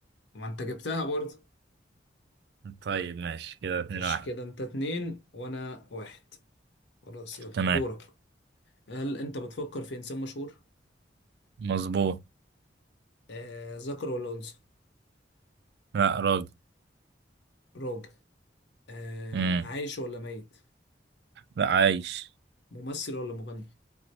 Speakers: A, on the left; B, on the right.
A: ما انت جبتها برضه
B: طيب ماشي كده اتنين
A: ماشي
B: واحد
A: كده انت اتنين وانا واحد خلاص يلا
B: تمام
A: دورك هل انت بتفكر في انسان مشهور
B: مظبوط
A: آه ذكر ولا انثى
B: لا راجل
A: راجل آه
B: مم.
A: عايش ولا ميت
B: لا عايش
A: ممثل ولا مغني